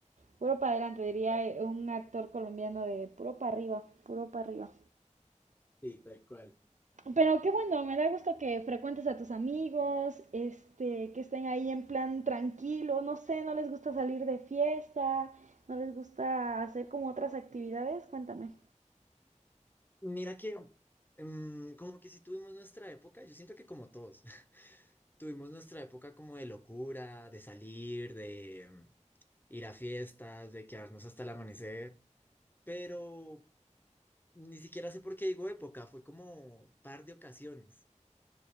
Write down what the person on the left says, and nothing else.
Sí, tal cual.
Mira que, mm, como que si tuvimos nuestra época, yo siento que como todos, <laughs> tuvimos nuestra época como de locura, de salir, de mm, ir a fiestas, de quedarnos hasta el amanecer, pero Ni siquiera sé por qué digo época, fue como par de ocasiones.